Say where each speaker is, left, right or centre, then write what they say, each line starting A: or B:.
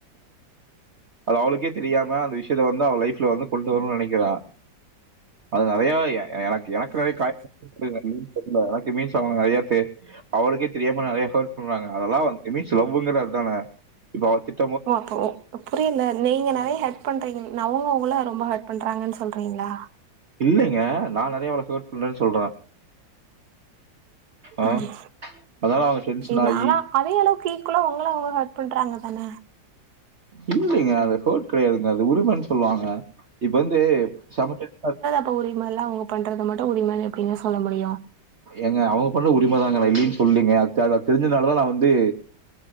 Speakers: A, on the right; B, on the right.
A: அது அவளுக்கே தெரியாம அந்த விஷயத்த வந்து அவ லைஃப்ல வந்து கொண்டு வருனுனு நெனைக்கிரா அது நெறயா எனக்கு எனக்கு நெறைய கா <unintelligible> தெர்ல எனக்கு மீன்ஸ் அவுங்க நெறயா தே அவளுக்கே தெரியாம நெறயா ஹெர்ட் றாங்க அதெல்லா மீன்ஸ் லவ்ங்கரது அதான இப்ப அவ திட்
B: ஓ அப்போ புரில நீங்க நெறயா ஹெட் பண்றீங்க ந அவங்க உங்கள ரொம்ப ஹெட் பண்றாங்கன்னு சொல்றீங்களா
A: இல்லைங்க நா நெறய அவள ஹெர்ட் பண்ரேன்னு சொல்ற ஆ?
B: ம்
A: அதனால அவங்க டென்ஷன்
B: சேர்
A: ஆகி
B: நாலா அதே அளவுக்கு ஈக்குவலா உங்கள அவங்க ஹெர்ட் பண்றாங்க தான
A: இல்லைங்க அது ஹெர்ட் கிடையாதுங்க அது உரிமைன்னு சொல்லுவாங்க இப்ப வந்து சமக் <inaudible>
B: ப்ப உரிமல்லா அவுங்க பண்றத மட்டு உரிமன்னு எப்டிங்க சொல்ல முடியு
A: எங்க அவங்க பண்றது உரிம தாங்கா ந இல்லன்னு சொல்லீங்க தெரிஞ்சதுனால தா நா வந்து